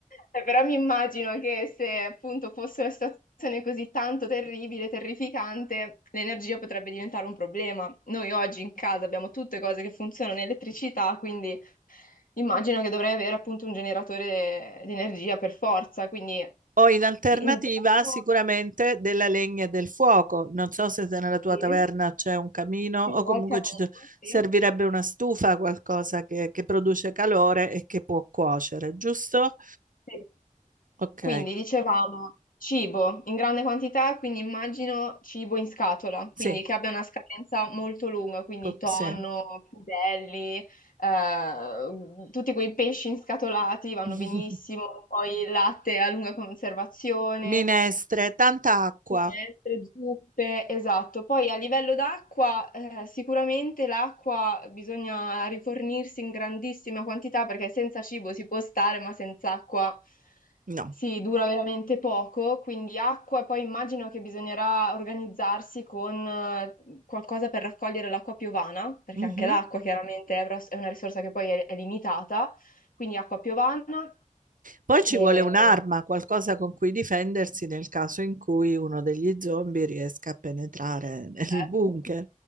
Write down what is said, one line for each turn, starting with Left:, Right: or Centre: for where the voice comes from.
Left: Eh, Però mi immagino che se appunto fosse una situazione così tanto terribile, terrificante, l'energia potrebbe diventare un problema. Noi oggi in casa abbiamo tutte cose che funzionano in elettricità, quindi... Immagino che dovrei avere appunto un generatore di energia per forza, quindi
Right: O in alternativa
Left: interno
Right: sicuramente della legna e del fuoco. Non so se nella tua
Left: sì,
Right: taverna c'è un camino
Left: sì,
Right: o comunque
Left: ho il camino,
Right: ci do-
Left: sì.
Right: servirebbe una stufa, qualcosa che, che produce calore e che può cuocere, giusto?
Left: Sì.
Right: Ok,
Left: Quindi dicevamo cibo in grande quantità, quindi immagino cibo in scatola, quindi
Right: sì,
Left: che abbia una scadenza molto lunga, quindi
Right: po-
Left: tonno,
Right: sì.
Left: crudelli, eh, tutti quei pesci inscatolati vanno
Right: <laughs>
Left: benissimo, poi il latte a lunga conservazione.
Right: Minestre, tanta acqua.
Left: Minestre, zuppe, esatto. Poi a livello d'acqua, eh, sicuramente l'acqua bisogna rifornirsi in grandissima quantità perché senza cibo si può stare, ma senza acqua
Right: No.
Left: si dura veramente poco. Quindi acqua, e poi immagino che bisognerà organizzarsi con eh, qualcosa per raccogliere l'acqua piovana, perché
Right: Mhm.
Left: anche l'acqua chiaramente è una è una risorsa che poi è, è limitata. Quindi acqua piovana
Right: Poi ci
Left: e...
Right: vuole un'arma, qualcosa con cui difendersi nel caso in cui uno degli zombie riesca a penetrare <laughs> nel
Left: Certo.
Right: bunker.